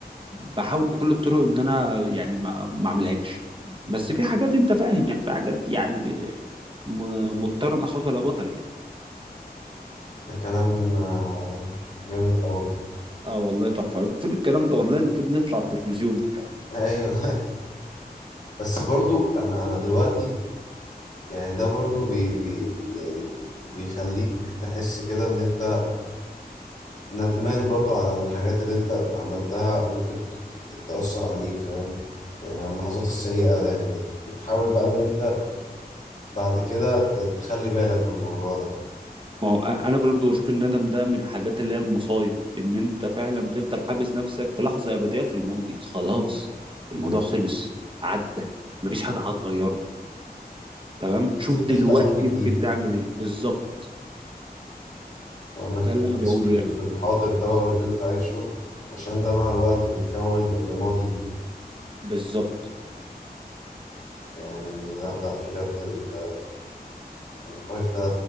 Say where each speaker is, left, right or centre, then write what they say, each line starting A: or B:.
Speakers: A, on the right; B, on the left.
A: بحاول بكل الطرق ان انا يعني ما ما اعملهاش بس في حاجات انت فاهم يعني في حاجات يعني م- مضطر ان اخاك لا بطل يعني
B: ده كلام آه، جامد قوي
A: اه والله تحفه المفروض الكلام ده والله المفروض نطلع التلفزيون بالكلام ده
B: ايوه <laughs> بس برضو انا انا دلوقتي يعني ده برضو بي بي يعني بيخليك تحس كده ان انت ندمان برضو على الحاجات اللي انت عملتها ممكن ت- ت- تأثر عليك فاهم يعني على اللحظات السيئة يعني بت- بتحاول بقى ان انت بعد كده ت- تخلي بالك من الموضوع ده
A: ما هو أ- انا برضه بشوف الندم ده من الحاجات اللي هي المصايب ان انت فعلا بتفضل حابس نفسك في لحظه ابديه في الماضي خلاص الموضوع
B: مم.
A: خلص عدى مفيش حاجه هتغيره تمام شوف
B: لازم
A: دلوقتي
B: تخلق ماضي جديد
A: ممكن تعمل ايه بالظبط
B: وانك
A: ده اللي
B: تركز
A: انا بقوله
B: في ال-
A: يعني
B: في الحاضر دوت اللي انت عايشه عشان ده مع الوقت بيتكون ل- لماضي ليك
A: بالظبط
B: يعني لا لا بجد ال- النقاش ده